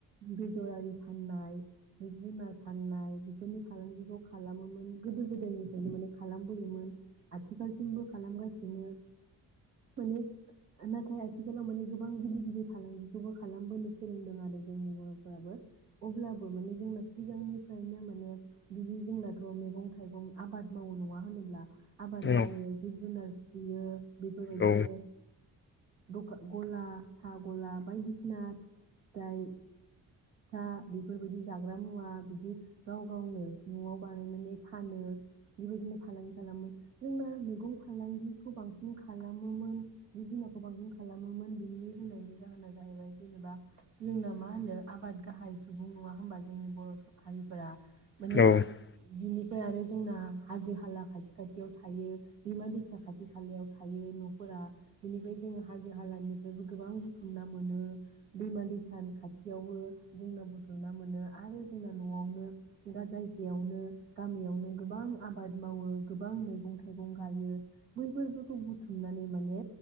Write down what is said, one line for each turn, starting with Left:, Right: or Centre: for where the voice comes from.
Right: बेदरारि फाननाय, जिब जुनार फाननाय, बेफोरनि फालांगिखौ खालामोमोन गोदो गो दायनिफ्रायनो माने खालामबोयोमोन। आथिखालसिमबो खालामगासिनो माने नाथाय आथिखालाव माने गोबां गिदिर गिदिर फालांगिखौबो खालामबोनो सोलोंदों आरो जोंनि बरफोराबो अब्लाबो माने जोंना सिगांनिफ्रायनो माने बिदि जोंनाथ मैगं थाइगं आबाद मावो नङा होनोब्ला आबाद
Left: औ
Right: मावो जिब जुनार फिसियो बेफोरबायदिनो
Left: औ
Right: दखा गला सा गला बायदिसिना फिथाइ फिथा बेफोरबायदि जाग्रा मुवा बिदि गाव गावनो न'आव बानायनानै फानो। बेबायदिनो फालांगि खालामो जोंना मैगं फालांगिखौ बांसिन खालामोमोन, जिब जुनारखौ बांसिन खालामोमोन, बिनि होननायनि जाहोना जाहैबाय जेनेबा जोंना मा होनो आबाद गाहाय सुबुं नङा होमबा जोंनि बर' हारिफोरा? माने
Left: नंगौ
Right: बिनि फाय आरो जोंना हाजो हाला खाथि खाथियाव थायो, दैमा दैसा खाथि खालायाव थायो नफोरा बेनिफ्राय जों हाजो हालानिफ्रायबो गोबां बुथुमना मोनो। दैमा दैसानि खाथियावबो जोंना बुथुमना मोनो आरो जोंना नआवनो दा जायगायावनो गामियावनो गोबां आबाद मावो, गोबां मैगं थाइगं गायो बैफोरखौ बुथुमनानै माने